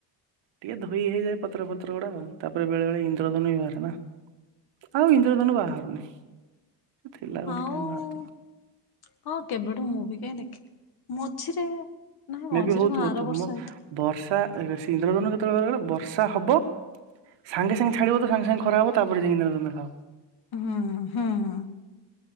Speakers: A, on the right; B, on the left.
A: ଟିକେ ଧୋଇ ହେଇଯାଏ ପତ୍ର ଫତ୍ର ଗୁଡା ଆଉ ତାପରେ ବେଳେ ବଳେ ଇନ୍ଦ୍ରଧନୁ ବି ବାହାରେ ନା। ଆଉ ଇନ୍ଦ୍ରଧନୁ ବାହାରୁନେହି ଥିଲା ଗୋଟେ
B: ଆଉ
A: ଟାଇମ୍ ବାହାରୁଥିଲା।
B: ହଁ କେବେଠୁ ମୁଁ ବି କାଇଁ ଦେଖିନି, ମଝିରେ ନାଇଁ ମଝିରେ
A: ମେ ବି ହଉଥିବ
B: କଣ ଆର
A: ତୁମ
B: ବର୍ଷ ହେଇଥିବ।
A: ବର୍ଷା ଇନ୍ଦ୍ରଧନୁ ଯେତେବେଳୁ ବାହାରିବାଳୁ ବର୍ଷା ହବ ସାଙ୍ଗେ ସାଙ୍ଗେ ଛାଡ଼ିବ ତ ସାଙ୍ଗେ ସାଙ୍ଗେ ଖରା ହେବ ତାପରେ ଯାଇଁକିରା ତମେ ଦେଖା ହବ।
B: ହୁଁ, ହୁଁ, ହୁଁ।